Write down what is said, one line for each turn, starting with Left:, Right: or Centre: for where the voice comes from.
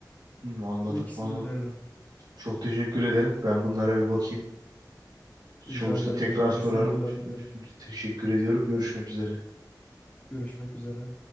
Right: Hmm, anladım.
Left: Bu ikisini
Right: Anladım.
Left: öneririm.
Right: Çok teşekkür ederim. Ben bunlara bir bakayım.
Left: Rica
Right: Olursa
Left: ederim
Right: tekrar
Left: hocam.
Right: sorarım.
Left: İyi seyirler dilerim.
Right: Teşekkür ediyorum. Görüşmek üzere.
Left: Görüşmek üzere.